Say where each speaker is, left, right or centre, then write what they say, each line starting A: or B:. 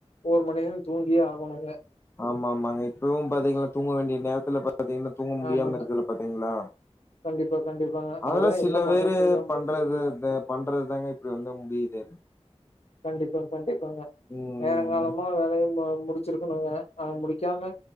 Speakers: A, on the left; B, on the left.
A: ஒரு மண்நேரோ தூங்கியே ஆகணுங்க
B: ஆமா ஆமாங்க இப்பவு பாத்தீங்கன்னா தூங்க வேண்டிய நேரத்துல பாத்தீங்கன்னா தூங்க முடியாம
A: ஆமாங்க.
B: இருக்குதுல பாத்தீங்ளா
A: கண்டிப்பா, கண்டிப்பாங்க. அதுதான்
B: அதுல சில
A: என்ன பண்றதுன்னு
B: பேரு
A: தெரியாம முழிச்சுட்ருக்கேங்க.
B: பண்றது இந்த பண்றது தாங்க இப்டி வந்து முடியுது
A: கண்டிப்பா கண்டிப்பாங்க
B: ம்
A: நேரங்காலமா வேலைய முடிச் சிருக்கணுங்க அத முடிக்காம